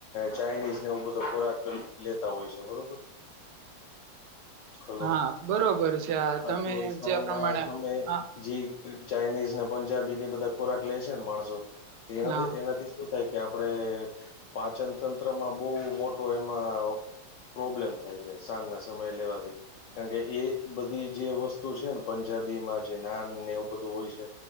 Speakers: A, on the left; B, on the right.
A: ચાઇનીઝ ને એ બધો ખોરાક લેતા હોય છે બરોબર હલો,
B: હા બરોબર છે આ
A: હા
B: તમે
A: તો ઈશાન
B: જે પ્રમાણે
A: ના સમય
B: હા
A: જી ચાઇનીઝ ને પંજાબીની બધા ખોરાક લે છે ને માણસો એનાથી
B: હા
A: એનાથી એવું થાય કે આપડે પાચન તંત્રમાં બહુ મોટો એમાં. પ્રોબ્લેમ થાય છે સાંજ ના સમય લેવાથી. કારણ કે એ બધી જે વસ્તુ છે ને પંજાબી માં જે નાન ને એવું બધું હોય છે.